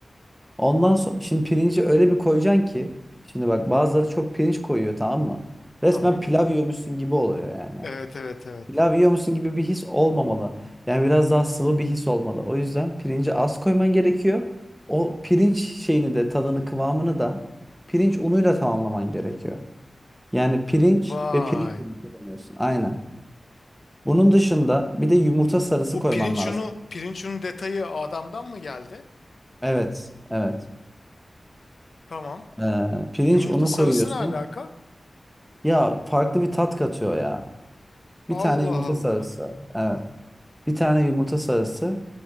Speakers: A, in the centre; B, on the left.
A: Ondan sonra şimdi pirinci öyle bir koyacaksın ki şimdi bak bazıları çok pirinç koyuyor tamam mı? Resmen
B: Tamam.
A: pilav yiyormuşsun gibi oluyor yani.
B: Evet evet evet.
A: Pilav yiyormuşsun gibi bir his olmamalı. Yani biraz daha sıvı bir his olmalı. O yüzden pirinci az koyman gerekiyor. O pirinç şeyini de tadını kıvamını da pirinç unuyla tamamlaman gerekiyor. Yani pirinç
B: Vay.
A: ve pirinç unu kullanıyorsun. Aynen. Bunun dışında bir de yumurta sarısı
B: Bu
A: koyman
B: pirinç
A: lazım.
B: unu, pirinç unu detayı adamdan mı geldi?
A: Evet, evet.
B: Tamam.
A: Ee, pirinç
B: Yumurta
A: unu
B: sarısı
A: koyuyorsun.
B: ne alaka?
A: Ya farklı bir tat katıyor ya. Bir
B: Allah
A: tane yumurta
B: Allah.
A: sarısı. Evet. Bir tane yumurta sarısı.